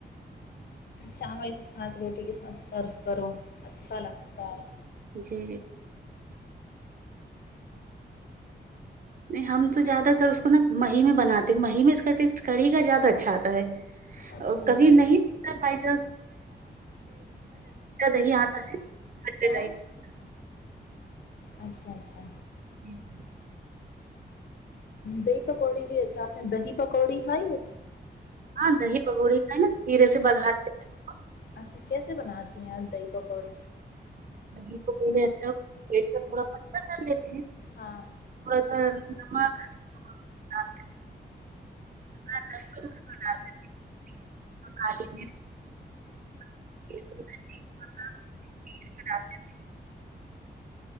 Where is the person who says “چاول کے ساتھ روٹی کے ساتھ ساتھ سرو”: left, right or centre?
Left